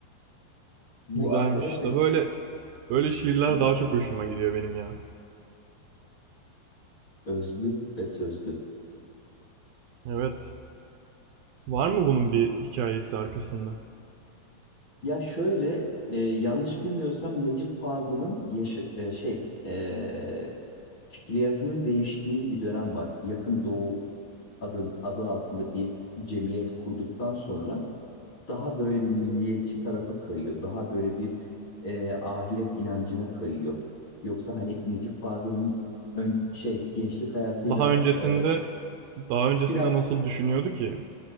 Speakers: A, on the left; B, on the right.
A: Bu
B: Güzelmiş.
A: arkadaş
B: İşte
A: da
B: böyle böyle şiirler
A: ha,
B: daha çok hoşuma gidiyor benim ya.
A: özlü ve sözlü.
B: Evet. Var mı bunun bir hikayesi arkasında?
A: Ya şöyle e, yanlış bilmiyorsam Necip Fazıl'ın yaşı, e, şey e, fikriyatının değiştiği bir dönem var. Yakın Doğu adı, adı altında bir cemiyet kurduktan sonra daha böyle bir milliyetçi tarafa kayıyor. Daha böyle bir e, ahiret inancına kayıyor. Yoksa hani Necip Fazıl'ın ön, şey gençlik hayatıyla
B: Daha öncesinde
A: e,
B: daha öncesinde
A: biraz
B: nasıl düşünüyordu ki?